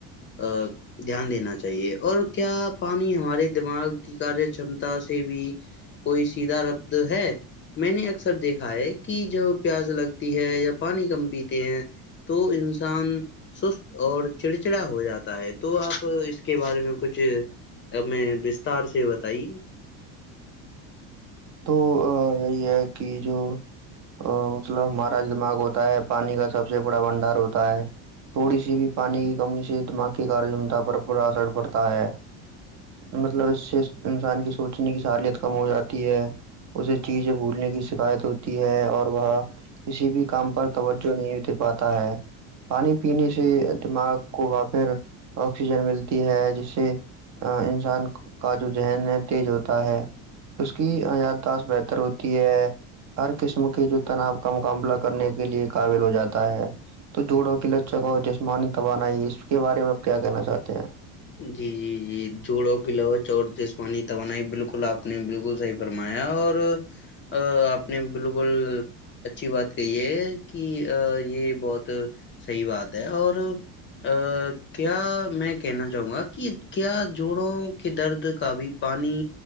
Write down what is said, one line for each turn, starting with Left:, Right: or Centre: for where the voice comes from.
Left: ا دھیان دینا چاہیے اور کیا پانی ہمارے دماغ کی کاریہ چمتا سے بھی کوئی سیھا ربد ہے میں نے اکثر دیکھا ہے کہ جب پیاز لگتی ہے یا پانی کم پیتے ہیں تو انسان سست اور چڑچڑا ہو جاتا ہے تو آپ اس کے بارے میں کچھ میں بستار سے بتائیے
Right: تو یہی ہے کہ جو <unintelligible> ا مطلب ہمارا دماغ ہوتا ہے پانی کا سب سے بڑا بنڈار ہوتا ہے تھوڑی سی بھی پانی کی کمی سے دماغی کار چمتا پر برا اثر پڑتا ہے مطلب اس سے انسان کی سوچنے کی ساالت کم ہو جاتی ہے اسے چیزیں بھولنے کی شکایت ہوتی ہے اور وہ کسی بھی کام پر توہ جو نہیں ات پاتا ہے پانی پینے سے دماغ کو ب پھر آکسیجن ملتی ہے جس سے انسان کا جو ذہن ہے تیز ہوتا ہے اس کی یاد بہتر ہوتی ہے ہر قسم کی جو تناپ کا مقابلہ کرنے کے لیے قابل ہو جاتا ہے تو جوڑوں کی لچک اور جسمانی توبانائی اس کے بارے میں آپ کیا کہنا چاہتے ہیں <unintelligible>
Left: جی جی جی جوڑوں کی لوچ اور جسمانی توانائی بالکل آپ نے بالکل صحیح <unintelligible> فرمایا اور ا آپ نے بالکل اچھی بات کہی ہے کہ یہ بہت صحی بات ہے اور <unintelligible> ا کیا میں کہنا چاہوں گا کہ کیا جوڑوں کے درد کا بھی پانی